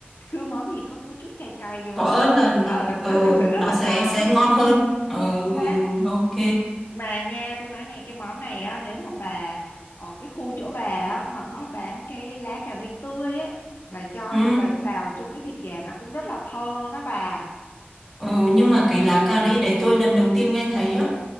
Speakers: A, on the left; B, in the centre.
A: cứ món gì có có chút cay cay vô
B: có ớt
A: thì tôi
B: là
A: cảm
B: là
A: thấy ờ nó
B: ờ,
A: cũng sẽ rất
B: nó
A: là
B: sẽ
A: ngon.
B: sẽ ngon hơn. Ờ,
A: Chính
B: ừ,
A: xác
B: ok.
A: mà nha tôi nói này cái món này á nếu mà bà ở cái khu chỗ bà á mà có bán cái lá cà ri tươi ấy bà cho
B: Ừ.
A: vô bà xào chung với thịt gà nó cũng rất là thơm luôn đó bà
B: Ờ, nhưng mà cái lá cà ri đấy tôi lần đầu tiên nghe thấy á